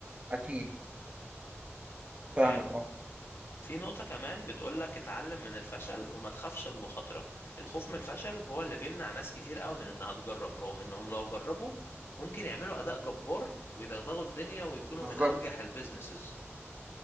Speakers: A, on the right; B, on the left.
A: اكيد فاهمك
B: حلو
A: اه
B: في نقطة كمان بتقولك اتعلم من الفشل وما تخافش المخاطرة الخوف من الفشل هو اللي بيمنع ناس كتير قوي من انها تجرب رغم انهم لو جربوا ممكن يعملوا اداء جبار ويدغدغوا الدنيا ويكونوا
A: بالظبط
B: من انجح البيزنسز